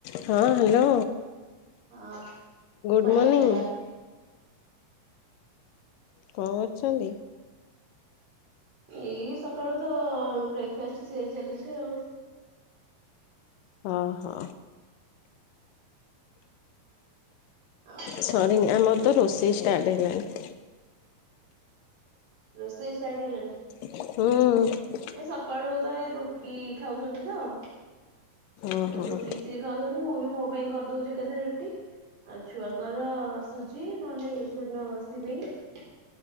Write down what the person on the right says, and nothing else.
ହଁ
ସକାଳେ
ମ୍ୟାଡାମ
ଏଇ ସକାଳୁ ତ ବ୍ରେକ୍ଫାଷ୍ଟ ସତିଆରି ଚାଲିଛି ଆଉ
ଆଉ
ରୋଷେଇ ଷ୍ଟାର୍ଟ ହେଇଗଲାଣି
ଏ ସକାଳୁ ତ ଏ ରୁଟି ଖାଉଛନ୍ତି ତ
ରୁଟି ସିଏ ଖାଉଛନ୍ତି ହେଲେ ମୁଁ ବି ମୋ ପାଇଁ କରିଦଉଛି ଏକାଥରେ ରୁଟି ଆଉ ଛୁଆଙ୍କର ସୁଜି ନହେଲେ ସିମେଇ